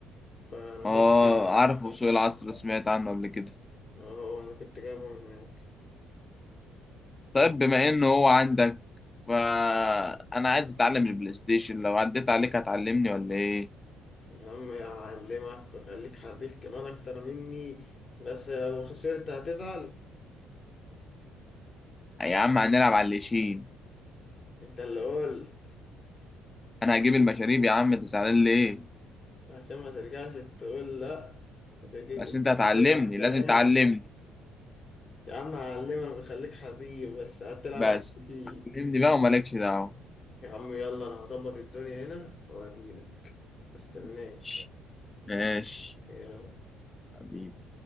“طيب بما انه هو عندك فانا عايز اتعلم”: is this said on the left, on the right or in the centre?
Left